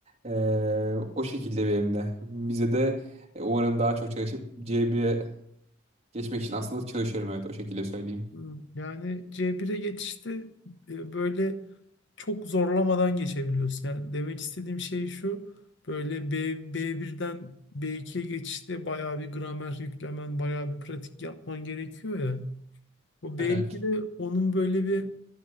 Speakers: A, on the right (about 30°); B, on the left (about 60°).
A: Ee, o şekilde benim de. Bize de e, umarım daha çok çalışıp C1'e geçmek için aslında çalışıyorum evet o şekilde söyleyeyim.
B: Hmm. Yani C1'e geçişte e, böyle çok zorlamadan geçebiliyorsun. Yani demek istediğim şey şu. Böyle B, B1'den B2'ye geçişte bayağı bir gramer yüklemen, bayağı bir pratik yapman gerekiyor ya. O B2'de
A: Evet.
B: onun böyle bir